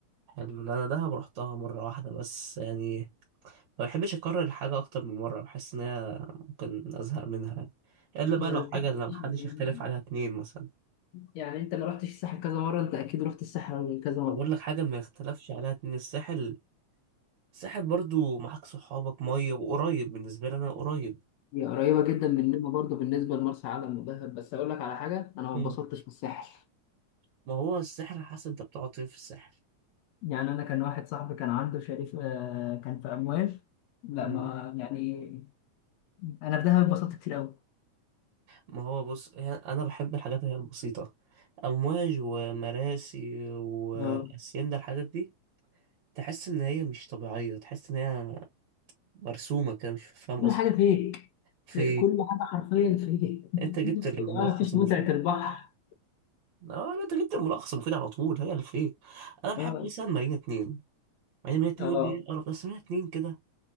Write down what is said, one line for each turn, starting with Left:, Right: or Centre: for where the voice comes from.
Right: حلو لا انا دهب رحتها مرة واحدة بس يعني ما بحبش اكرر الحاجة اكتر من مرة بحس ان هي ممكن ازهق منها الا بقى
Left: ما
Right: لو
Left: بحبش-
Right: حاجة لو محدش يختلف عليها اتنين مثلا
Left: يعني أنت ما رحتش الساحل كذا مرة أنت أكيد رحت الساحل كذا
Right: لو
Left: مرة
Right: بقول لك حاجة ما يختلفش عليها اتنين الساحل الساحل برضو معاك صحابك مية وقريب بالنسبة لي انا قريب
Left: هي قريبة جدا مننا برضه بالنسبة لمرسى علم ودهب بس أقول لك على حاجة أنا ما
Right: أنا-
Left: اتبسطتش في الساحل
Right: ما هو السحر على حسب انت بتقعد فين في السحر
Left: يعني انا كان واحد صاحبي كان عنده شريك آه، كان في اموال لا
Right: مم.
Left: ما يعني انا في دهب اتبسطت كتير قوي
Right: ما هو بص هي- انا بحب الحاجات اللي هي البسيطه امواج ومراسي واسيندا
Left: آه.
Right: الحاجات دي تحس ان هي مش طبيعيه تحس ان هي مرسومه كده مش فاهم
Left: كل
Right: قصدي
Left: حاجه فيك
Right: في
Left: كل حاجه حرفيا فيك
Right: انت جبت
Left: <laughs>
Right: الملخص
Left: وكمان مفيش
Right: المفيد
Left: متعه البحر
Right: اه لا انت جبت الملخص المفيد على طول هي الفيك انا بحب
Left: اه
Right: مثلا مارينا اتنين مارينا مارينا اتنين
Left: اه
Right: يقول لي ايه القرف ده؟ بس مارينا اتنين كده